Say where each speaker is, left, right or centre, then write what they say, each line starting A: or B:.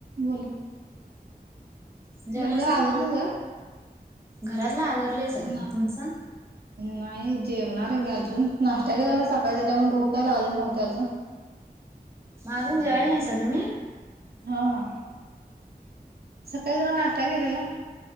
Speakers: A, on the right; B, on the right.
A: बोला.
B: जेवला
A: झालं
B: असन
A: आवरलं सगळं?
B: घरातला आवरलेस. <unintelligible>
A: ना
B: तुमचा.
A: नाही जेवणार आहे मी अजून नाष्टाला केलेला सकाळी त्याच्यामुळे भूक काय लागलेली नव्हते अजून.
B: अजून जेवायला नाहीसा तुम्ही.
A: हा सकाळी जरा नाष्टा केेले ना